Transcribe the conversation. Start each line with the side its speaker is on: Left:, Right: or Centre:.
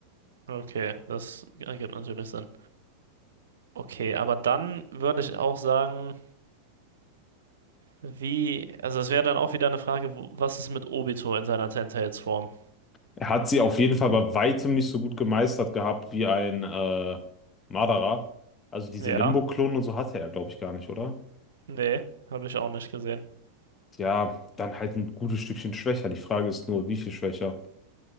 Right: Okay, das ergibt natürlich Sinn. Okay, aber dann würde ich auch sagen, Wie, also es wäre dann auch wieder eine Frage, wo, was ist mit Obito in seiner Ten-Tails-Form?
Left: Er hat sie auf jeden Fall bei weitem nicht so gut gemeistert gehabt wie ein äh, Madara. Also diese
Right: Ja,
Left: Limbo-Klonen und so hatte er, glaube ich, gar nicht, oder?
Right: nee, habe ich auch nicht gesehen.
Left: Ja, dann halt ein gutes Stückchen schwächer. Die Frage ist nur, wie viel schwächer?